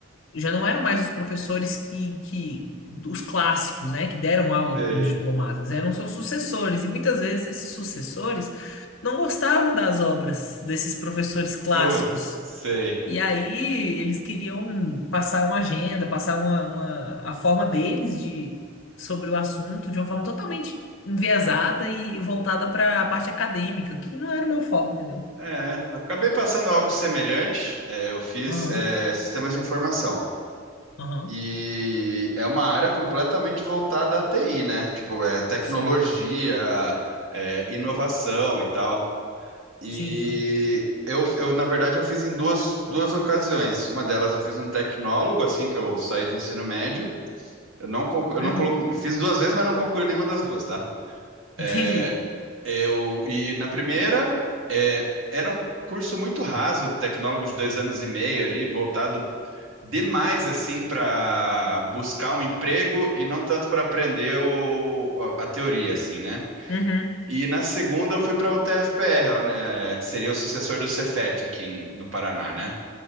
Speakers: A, on the left (about 85°); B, on the right (about 85°).
A: já não eram mais os professores que, que os clássicos, né, que deram aula
B: Sei.
A: para os diplomatas, eram seus sucessores, e muitas vezes esses sucessores não gostavam das obras desses professores clássicos.
B: Putz, sei.
A: E aí eles queriam passar uma agenda, passar uma, uma- a forma deles de sobre o assunto de uma forma totalmente enviesada e voltada para a parte acadêmica, que não era o meu foco, entendeu?
B: É, acabei passando algo semelhante. É, eu fiz
A: Aham,
B: é, sistemas de informação.
A: aham,
B: E é uma área completamente voltada à TI, né? Tipo, é tecnologia,
A: sim,
B: é inovação e tal. E
A: sim, sim.
B: eu, eu, na verdade, eu fiz em duas, duas ocasiões. Uma delas eu fiz um tecnólogo, assim que eu saí do ensino médio. Eu não, conclu- eu
A: Uhum,
B: não conclu- fiz duas vezes, mas não concluí nenhuma das duas, tá?
A: entendi.
B: É, Eu, e na primeira, é, era um curso muito raso, tecnólogo de dois anos e meio ali, voltado demais assim para buscar um emprego e não tanto para aprender o- a a teoria assim, né?
A: Uhum,
B: E na segunda eu fui para o TFPR, né, é, que seria o sucessor do Cefet aqui em- no Paraná, né?